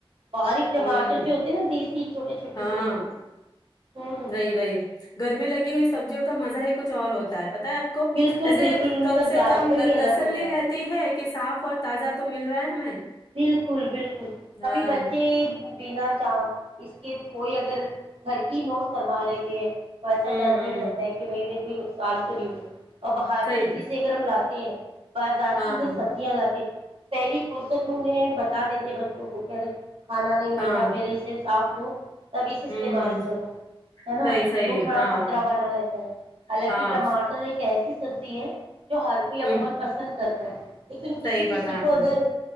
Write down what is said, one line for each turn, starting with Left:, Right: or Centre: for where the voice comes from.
Right: باریک ٹماٹر
Left: ہوں
Right: جو ہوتے ہیں نا دیسی چھوٹے چھوٹے
Left: ہاں
Right: سے ہوں ہوں
Left: وہی وہی گھر میں لگی ہوئی سبزیوں کا مزہ ہی کچھ اور ہوتا ہے پت ہے آپ کو
Right: بالکل
Left: ایسے
Right: بالکل ان
Left: کم
Right: کا
Left: سے
Right: ذائقہ
Left: کم
Right: ہی الگ
Left: تسلی
Right: ہوتا
Left: رہتی ہے کہ صاف اور تازہ تو مل رہا ہے ہمیں
Right: بالکل بالکل کبھی
Left: ہاں
Right: بچے بنا چاہ اس کے دھوئی اگر گھر کی نوس فروا لیتے ہیں وہ ایسا
Left: ہوں
Right: ڈر نہیں
Left: ہوں
Right: رہتا ہے کہ بھ کوئی نقصان کر ہو ہو اور باہر
Left: صحیح
Right: کی چیزیں اگر ہم لاتے ہیں بازار
Left: ہاں
Right: کی
Left: ہاں
Right: کچھ سبزیاں لاتے پہلی پور س میںہیں بتا دیتے بچوں کو کہے کھانا نہیں بیٹا
Left: ہاں
Right: پہلے اسے صاف دو تب اسے استعمال
Left: ہوں ہوں
Right: کرو ہے نا
Left: صحیح صحیح
Right: تو تھوڑا
Left: ہاں
Right: خطرہ بنا رہتا ہے حالانکہ
Left: ہاں
Right: ٹماٹر ایک ایسی سبزی ہے <inaudible> سر
Left: ہوں
Right: <inaudible> لیکن کسی
Left: صحیح
Right: کسی
Left: بکا آپ
Right: کو اگر
Left: نے